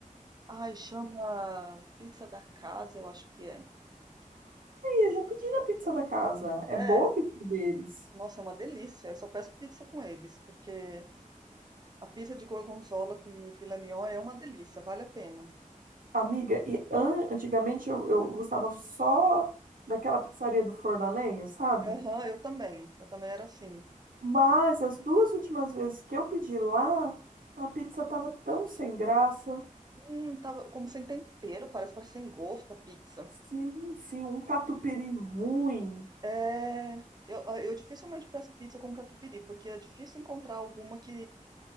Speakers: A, on the right; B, on the right.
A: Ai, chama pizza da casa, eu acho que é.
B: eu já pedi na pizza da casa. É
A: É,
B: boa a pizza deles.
A: nossa, é uma delícia. Eu só peço pizza com eles, porque A pizza de gorgonzola com filé mignon é uma delícia, vale a pena.
B: Amiga, e an- antigamente eu, eu gostava só daquela pizzaria do Forno a Lenha, sabe?
A: Aham, eu também. Eu também era assim.
B: Mas as duas últimas vezes que eu pedi lá, a pizza tava tão sem graça.
A: Hum, tava como sem tempero, parece, parece sem gosto a pizza.
B: Sim, sim, um catupiry ruim.
A: É, eu, ah, eu dificilmente peço pizza com catupiry, porque é difícil encontrar alguma que,